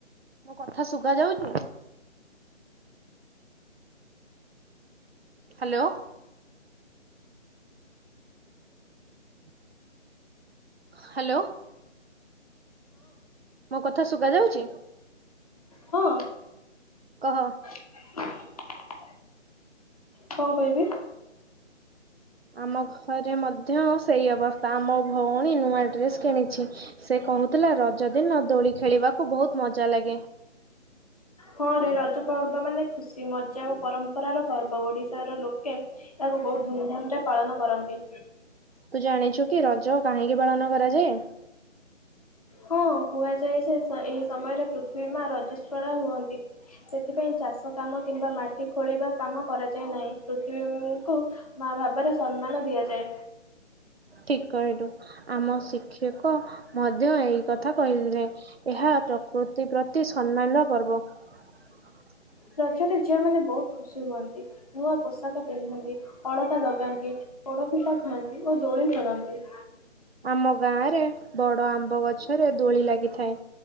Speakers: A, on the right; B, on the left.
A: ମୋ କଥା ଶୁଗା ଯାଉଛି। ହ୍ୟାଲୋ। ହ୍ୟାଲୋ। ମୋ କଥା ଶୁଗା ଯାଉଛି।
B: ହଁ
A: କହ।
B: <inaudible> କଣ କହିବି?
A: ଆମ ଘରେ ମଧ୍ୟ ସେଇ ଅବସ୍ଥା ଆମ ଭଉଣୀ ନୂଆ ଡ୍ରେସ କିଣିଛି ସେ କହୁଥିଲା ରଜ ଦିନ ଦୋଳି ଖେଳିବାକୁ ବହୁତ ମଜା ଲାଗେ।
B: ହଁ ରେ ରଜ ପର୍ବ ମାନେ ଖୁସି ମଜା ଓ ପରମ୍ପରାର ପର୍ବ ଓଡିଶାର ଲୋକ ପାଳନ କରନ୍ତି।
A: ତୁ ଜାଣିଛୁ କି ରଜ କାହିଁକି ପାଳନ କରାଯାଏ?
B: ହଁ କୁହାଯାଏ ଯେ ଏହି ସମୟରେ ପୃଥିବୀ ମା ରଜସ୍ପଳା ହୁଅନ୍ତି ସେଥିପାଇଁ ଚାଷ କାମ କିମ୍ବା ମାଟି ଖୋଳିବା କାମ କରାଯାଏ ନାହିଁ ପୃଥିବୀଙ୍କୁ ମା ଭାବରେ ସମ୍ମାନ ଦିଆଯାଏ।
A: ଠିକ କହିଲୁ ଆମ ଶିକ୍ଷକ ମଧ୍ୟ ଏଇ କଥା କହିଥିଲେ ଏହା ପ୍ରକୃତି ପ୍ରତି ସମ୍ମାନର ପର୍ବ। ହ <inaudible>
B: ରଜରେ ଝିଅମାନେ ବହୁତ ଖୁସି ହୁଅନ୍ତି ନୂଆ ପୋଷାକ ପିନ୍ଧନ୍ତି, ଅଳତା ଲଗାନ୍ତି ଓ ପୋଡ଼ପିଠା ଖାଆନ୍ତି ଓ ଦୋଳି ଖେଳନ୍ତି।
A: ଆମ ଗାଁ ରେ ବଡ଼ ଆମ୍ବ ଗଛରେ ଦୋଳି ଲାଗିଥାଏ